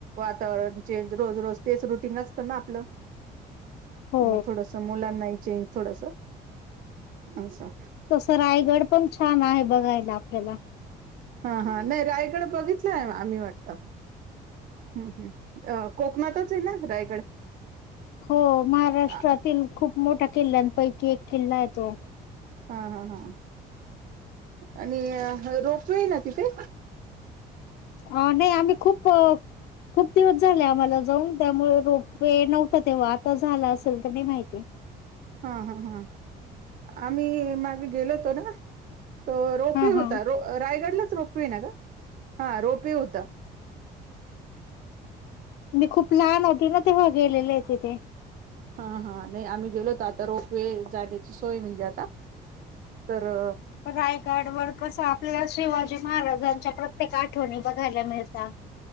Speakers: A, on the right; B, on the left.
A: <inaudible> चेंज रोज रोज तेच रुटीन असतं ना आपलं
B: हो
A: मग थोडस मुलांनाही चेंज थोडस असं
B: तसं रायगड पण छान आहे बघायला आपल्याला
A: हा हा नाइ रायगड बघितलाय आम्ही वाटत हम्म हम् अ कोकणातच आय ना रायगड.
B: हो महाराष्ट्रातील
A: हा
B: खूप मोठ्या किल्ल्यांपैकी एक किल्ला आये तो
A: हा हा हा. आणि रोपवेय ना तिथे.
B: अ नाइ आम्ही खूप खूप दिवस झाले आम्हाला जाऊन त्यामुळे रोप वे नव्हता तेव्हा आता झाला असेल तर नाइ माहिती <inaudible>
A: हा हा हा आम्ही मागे गेलो होतो ना त रोपवे
B: हा हा
A: होता रायगडलाच रोपवे आय ना ग हा रोपवे होता
B: मी खूप लहान होती ना तेव्हा गेलेले तिथे
A: हा हा नाइ आम्ही गेलो होतो रोपवेे जाण्याची सोय म्हणजे आता तरअ
B: रायगड वर कस आपल्या शिवाजी महाराजांच्या प्र ते आठवणी बघायला मिळता!